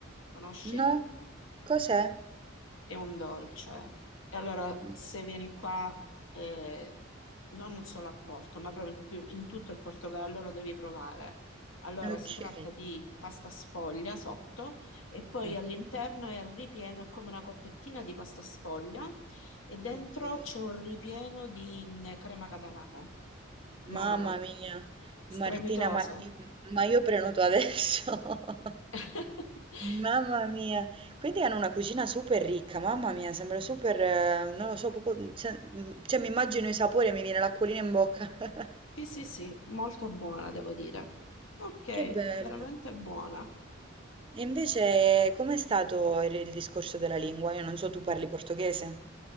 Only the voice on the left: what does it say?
conosci?
è un dolce. E allora
se vieni qua, eh, non solo a Porto, ma proprio in, più- in tutto il Portogallo lo devi provare. Allora
si tratta di pasta sfoglia sotto e poi
all'interno è ripieno, è come una coppettina di pasta sfoglia e dentro
c'è un ripieno di mh, crema catalana, ma
strepitosa.
<laughs>
Sì, sì, sì, molto buona, devo dire. Ok,
veramente buona.